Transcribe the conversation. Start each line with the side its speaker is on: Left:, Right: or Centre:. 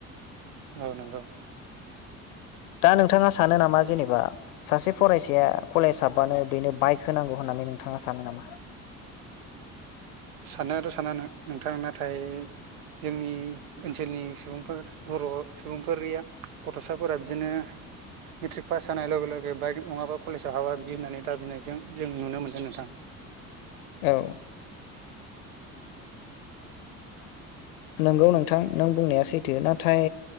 Right: औ नंगौ।
Left: दा नोंथाङा सानो नामा? जेनेबा सासे फरायसाया कलेज हाब्बानो बेनो बाइक होनांगौ होननानै नोंथाङा सानो नामा?
Right: सान्नायाथ' सानो नोंथां नाथाय। जोंनि ओनसोलनि सुबुंफोर बर' सुबुंफोरिया गथ'साफोरा बिदिनो मेट्रिक पास जानाय लगे-लगे बाइक नङाबा कलेजाव हाबा बिदि होननानै दाबिनाय। जों जों नुनो मोनदों नोंथां।
Left: औ। नोंगौ नोंथां नों बुंनाया सैथो नाथाय।